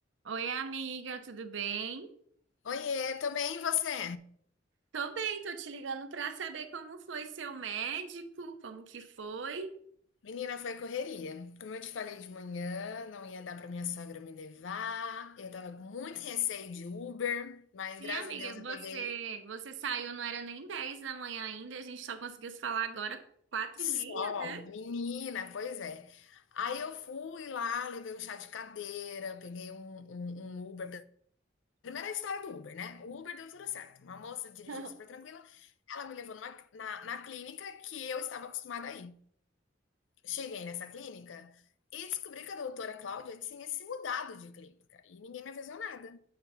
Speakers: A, on the right; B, on the left.
A: Oi, amiga, tudo bem?
B: Oiê, tô bem, e você?
A: Tô bem, tô te ligando pra saber como foi seu médico, como que foi.
B: Menina, foi correria. Como eu te falei de manhã, não ia dar pra minha sogra me levar. Eu tava com muito receio de Uber, mas
A: Sim,
B: graças
A: amiga,
B: a Deus eu
A: você
B: peguei
A: você saiu, não era nem 10 da manhã ainda, a gente só conseguiu se falar agora quatro
B: só.
A: e meia, né?
B: Menina, pois é. Aí eu fui lá, levei um chá de cadeira, peguei um, um, um Uber. Primeira história do Uber, né? O Uber deu tudo certo. Uma moça dirigiu
A: <laughs>
B: super tranquila. Ela me levou numa- na, na clínica que eu estava acostumada a ir. Cheguei nessa clínica e descobri que a doutora Cláudia tinha se mudado de clínica e ninguém me avisou nada.